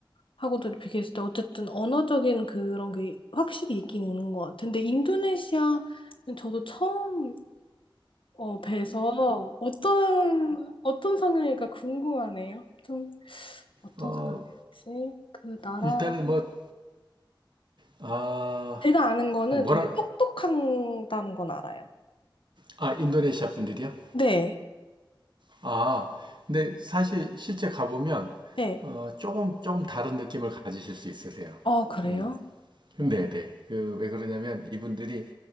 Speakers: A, on the left; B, on the right.
A: 하고도 비교했을 때 어쨌든 언어적인 그런 게 확실히 있긴 있는 것 같아요. 근데 인도네시아는 저도 처음 어, 뵈서 어떤 어떤 성향일까 궁금하네요. 좀 어떤
B: 어,
A: 사람이었지? 그 나라
B: 일단은 뭐, 아,
A: 제가 아는 거는
B: 뭐라,
A: 되게 똑똑한다는 건 알아요.
B: 아, 인도네시아 분들이요?
A: 네,
B: 아, 근데 사실 실제 가보면,
A: 네.
B: 어, 조금, 조금 다른 느낌을 가지실 수 있으세요.
A: 어, 그래요?
B: 음, 음, 네, 네. 그, 왜 그러냐면 이분들이